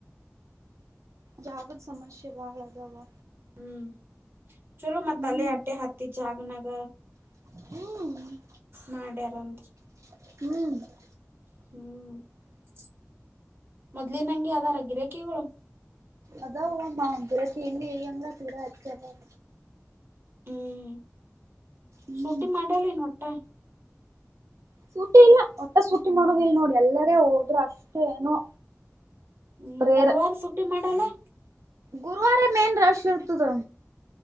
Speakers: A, on the right; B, on the right.
A: ಜಾಗದ ಸಮಸ್ಯೆ ಬಹಳ ಅದವಾ
B: ಹ್ಮ್ ಚಲೋ ಮ
A: ಹ್ಮ್
B: ತಲ್ಲೇ ಆಟೆ ಹಾತ್ತಿ ಜಾಗ ನಗ
A: ಹ್ಮ್
B: ಮಾಡ್ಯಾರಂದರಿ
A: <inaudible>
B: <inaudible> ಮೊದ್ಲಿನಂಗೆ ಅದಾರ ಗಿರೇಕಿಗಳು
A: ಅದಾವ ಅಮ್ಮ ಒಂದತಿ ಇಲ್ಲಿ ಅಂಗ್ಳ ತೀರ ಹೆಚ್ಚಾದರ
B: ಹ್ಮ್
A: ಹ್ಮ್
B: ಸುಟಿ ಮಾಡಲೇನು ಹೊಟ್ಟೆ
A: ಸೂಟಿ ಇಲ್ಲ ಒಟ್ಟ ಸೂಟಿ ಮಾಡುದಲ್ ನೋಡಿ ಎಲ್ಲರ ಹೋದ್ರೆ ಅಷ್ಟೇ ಏನೋ
B: ಹ್ಮ
A: ರೇರ್
B: ಗುರುವಾರ ಸುಟ್ಟಿ ಮಾಡಲೇ
A: ಗುರುವಾರ ಮೇನ್ ರಾಶ್ ಇರ್ತದ